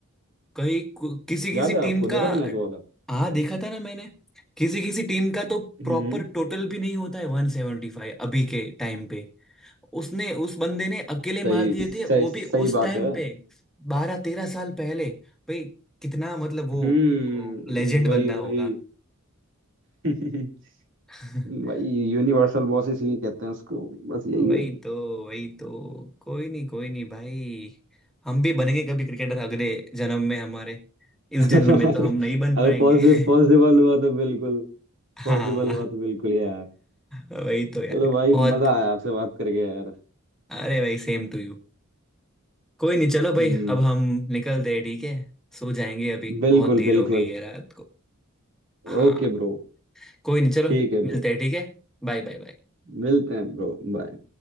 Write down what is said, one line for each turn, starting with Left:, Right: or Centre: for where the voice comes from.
Centre: कहीं कु- किसी किसी
Right: याद है आपको
Centre: टीम का
Right: देखा था मैच वो वाला
Centre: हाँ देखा था ना मैंने किसी किसी टीम का तो
Right: हम्म
Centre: प्रॉपर टोटल भी नहीं होता है 175 अभी के टाइम पे उसने उस बंदे ने अकेले
Right: सही
Centre: मार दिए
Right: सही
Centre: थे वो
Right: सही
Centre: भी उस
Right: बात
Centre: टाइम
Right: है
Centre: पे बारह तेरह साल पहले भाई कितना मतलब वो
Right: हम्म
Centre: लेजेंड
Right: वही
Centre: बंदा
Right: वही
Centre: होगा
Right: <laughs>
Centre: <laughs>
Right: भाई यूनिवर्सल बॉस इसलिए कहते हैं उसको बस यही
Centre: वही
Right: है
Centre: तो वही तो कोई नहीं कोई नहीं भाई हम भी बनेंगे कभी क्रिकेटर अगले जन्म में हमारे
Right: <laughs>
Centre: इस जन्म में तो हम नहीं बन
Right: अगर
Centre: पाएंगे
Right: पॉसिबल पॉसिबल
Centre: <laughs>
Right: हुआ तो बिल्कुल
Centre: हाँ
Right: पॉसिबल हुआ तो बिल्कुल यार
Centre: वही तो यार
Right: चलो भाई
Centre: बहुत
Right: मजा आया आपसे बात करके यार
Centre: अरे भाई सेम टू यू कोई नहीं चलो
Right: हम्म
Centre: भाई अब हम निकलते हैं ठीक है सो जाएंगे अभी
Right: बिल्कुल
Centre: बहुत देर
Right: बिल्कुल
Centre: हो गई है रात को हाँ
Right: Okay bro
Centre: कोई नहीं चलो
Right: ठीक है
Centre: मिलते
Right: ब्रो
Centre: हैं ठीक है Bye bye bye
Right: मिलते हैं ब्रो बाय